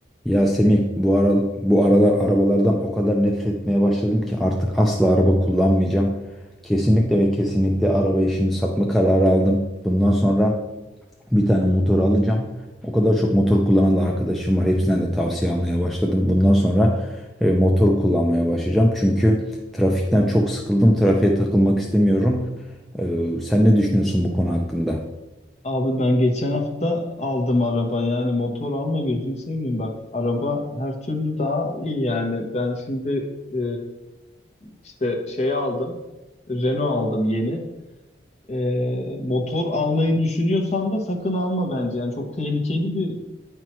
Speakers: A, in the centre; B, on the left.
A: Ya Semih bu ara, bu aralar arabalardan o kadar nefret etmeye başladım ki artık asla araba kullanmayacağım. Kesinlikle ve kesinlikle arabayı şimdi satma kararı aldım. Bundan sonra bir tane motor alacağım. O kadar çok motor kullanan da arkadaşım var. Hepsinden de tavsiye almaya başladım. Bundan sonra e, motor kullanmaya başlayacağım. Çünkü trafikten çok sıkıldım. Trafiğe takılmak istemiyorum. Ee, sen ne düşünüyorsun bu konu hakkında?
B: Abi ben geçen hafta aldım araba yani motor alma gözünü seveyim bak araba her türlü daha iyi yani ben şimdi e, işte şey aldım Renault aldım yeni E, motor almayı düşünüyorsan da sakın alma bence yani çok tehlikeli bir